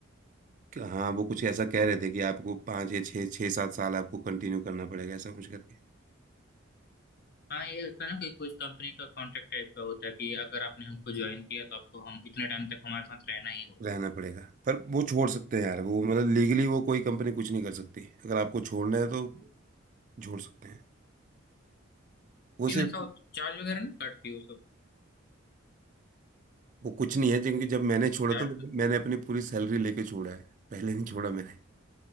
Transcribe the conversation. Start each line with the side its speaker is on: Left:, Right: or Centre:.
Right: कि हाँ वो कुछ ऐसा कह रहे थे कि आपको पाँच या छः छः सात साल आपको कंटिन्यू करना पड़ेगा ऐसा कुछ करके
Left: हाँ हाँ, ये होता है ना कि कुछ कंपनी का कॉन्ट्रैक्ट टाइप का होता है कि अगर आपने हमको ज्वाइन किया तो आपको हम इतने टाइम तक हमारे साथ रहना ही होगा
Right: रहना पड़ेगा पर वो छोड़ सकते हैं यार वो मतलब लीगली वो कोई कंपनी कुछ नहीं कर सकती अगर आपको छोड़ना है तो छोड़ सकते हैं वो
Left: लेकिन
Right: सिर्फ
Left: ऐसा चार्ज वगैरह नहीं काटती हो सब
Right: वो कुछ नहीं है क्योंकि जब मैंने छोड़ा
Left: चार्ज
Right: तो मैंने अपनी पूरी सैलरी लेके छोड़ा है पहले नहीं छोड़ा मैंने